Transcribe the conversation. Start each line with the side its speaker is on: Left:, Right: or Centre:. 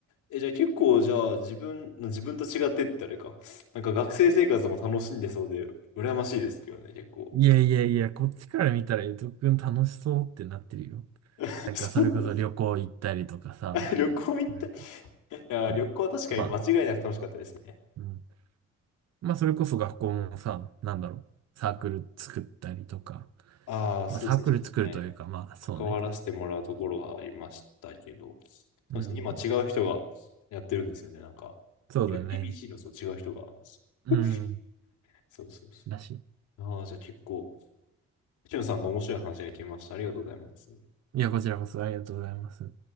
Left: え、じゃあ結構、じゃあ、自分、自分と違ってってあれか。なんか学生生活も楽しんでそうで、羨ましいですけどね、結構。
Right: いやいやいや、こっちから見たらゆとくん楽しそうってなってるよ。
Left: <laughs>
Right: なんかそれこそ旅行行ったりとかさ、
Left: そうですあ <laughs> 旅行行った。
Right: なんか、
Left: いや、
Right: そうまあ、
Left: 旅行は確かに間違いなく楽しかったですね。
Right: うんまあ、それこそ学校もさ、なんだろう、サークル作ったりとか、
Left: ああ、
Right: まあ、
Left: そうですね。
Right: サークル作るというか、
Left: ちょっとね
Right: まあ、そうね。
Left: 関わらせてもらうところはありましたけど、そうですね、
Right: うん。
Left: 今違う人がやってるんですよね、なんか。
Right: そうだね。
Left: UTBC のそう違う人が。
Right: うん。
Left: <laughs> そうそうそ
Right: だし。
Left: う。ああ、じゃあ結構、しゅんさんの面白い話が聞けました。ありがとうございます。
Right: いや、こちらこそありがとうございます。